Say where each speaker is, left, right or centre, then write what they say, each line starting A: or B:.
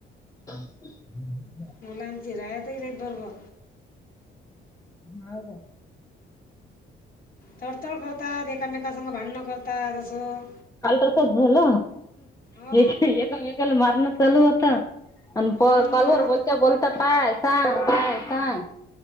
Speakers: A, on the left (about 15°); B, on the left (about 45°).
A: <inaudible>
B: मुलांचीि रायताही नाही बरोबर
A: हो का?
B: तडतड करतात एकामेकास भांडणं करतात असं
A: आल तसाच झाल
B: हा
A: एमेकाला मारण चालू होता आणि
B: हो
A: प
B: ना मग
A: कलवरर बोलता बोलता काय सांग काय सांग